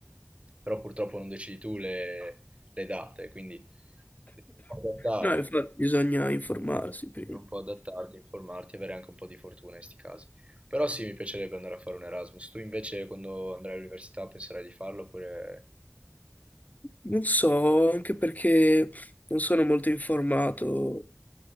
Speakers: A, on the right; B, on the left.
A: però purtroppo non decidi tu le, le date, quindi devi un po' adattarti,
B: No, infatti bisogna informarsi prima.
A: devi un po' adattarti, informarti e avere anche un po' di fortuna in questi casi. Però sì, mi piacerebbe andare a fare un Erasmus. Tu invece quando andrai all'università penserai di farlo oppure...
B: Non so, anche perché non sono molto informato,